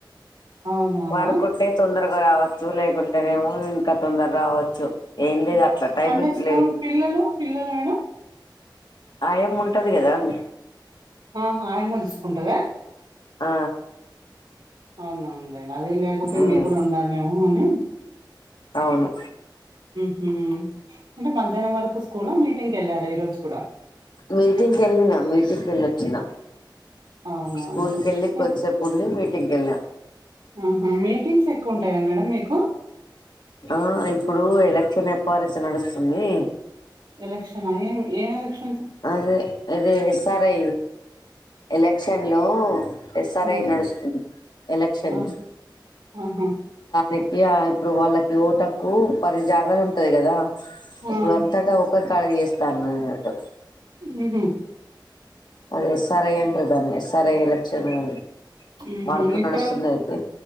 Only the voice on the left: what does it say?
వర్క్ ఉంటే తొందరగా రావచ్చు లేకుంటేనేమో ఇంకా తొందర రావచ్చు ఏం లేదు అట్లా టైమింగ్స్
అయామ్మ ఉంటది కదా అండి
ఆ
ఉమ్,
అవును
మీటింగ్ కి వెళ్ళినా మీటింగ్ కి వెళ్ళి వచ్చినా
స్కూల్
కి వెళ్ళి కొద్దిసేపు ఉండి మీటింగ్ కు వెళ్ళినా
ఆ ఇప్పుడు ఎలక్షన్ ఎప్ ఆర్ సి నడుస్తుంది
అదే అదే ఎస్ఆర్ఐ ఎలక్షన్ లో ఎస్ఆర్ఐ
నడుస్తుంది ఎలక్షన్
లో
మకి ఇప్పుడు వాళ్ళకి ఓటు హక్కు పది జాగాలు ఉంటా ఉంటాయి కదా
ఇప్పుడు అంతగా ఒక్కసాట చేస్తానన్నట్టు
అది ఎస్ ఆర్ ఐ అంటారు దాన్ని ఎస్ఆర్ ఐ ఎలక్షన్ అది
వర్క్
నడుస్తుంది అయితే